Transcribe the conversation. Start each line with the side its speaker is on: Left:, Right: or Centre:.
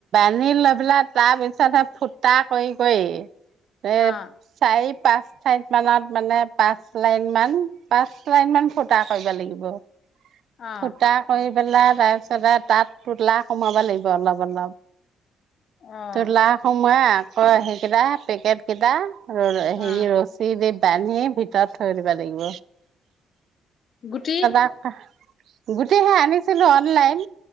Right: ন্ধি লৈ পেলাই তাৰ পিছত সে ফুটা কৰি কৰি এ
Left: অ',
Right: চাৰি পাঁচ ঠাইত মানত মানে, পাঁচ লাইন মান, পাঁচ লাইনমান ফুটা কৰিব লাগিব। ব
Left: অ',
Right: ফুটা কৰি পেলাই তাৰ পিছতে তাত পোতলা সোমাব লাগিব অলপ অলপ।
Left: অ',
Right: তোলা সোমোৱাই কই সেইকেইটা পেকেট কেইটা ৰ-ৰ,
Left: অ',
Right: হেৰি ৰছী দি টানিয়ে ভিতৰত থৈ দিব লাগিব।
Left: গুটি
Right: গুটি সেই আনিছিলোঁ, অনলাইন।